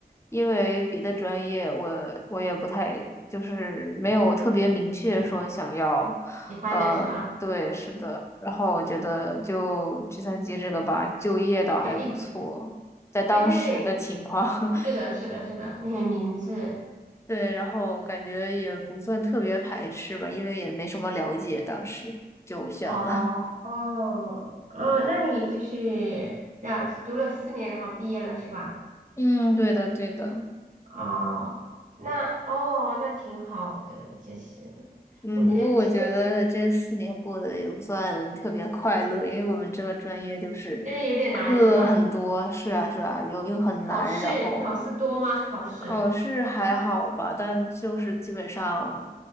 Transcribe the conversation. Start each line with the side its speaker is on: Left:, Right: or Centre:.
Left: 因为别的专业我，我也不太就是没有特别明确说想要，
Right: 两嗯喜欢的是吧？
Left: 呃，对，是的。然后我觉得就计算机这个吧，就业倒还不错，
Right: 就一直，
Left: 在当时的情况，
Right: 对对对，
Left: <laughs>
Right: 是的，是的，是的，你很明智。
Left: 对，然后感觉也不算特别排斥吧，因为也没什么了解，当时就选了。
Right: 哦哦哦，那你就是那读了四年，然后毕业了是吧？
Left: <laughs> 嗯，对的，对的。
Right: 哦，那哦那挺好的，其实
Left: 嗯，
Right: 我觉得其实
Left: 不过我觉得这四年过得也不算特别快乐，因为我们这个专业就是课很多，
Right: 就是有点难是吧？
Left: 是啊是啊，又又很难，
Right: 考试考试多吗？
Left: 然后
Right: 考试？
Left: 考试还好吧，但就是基本上，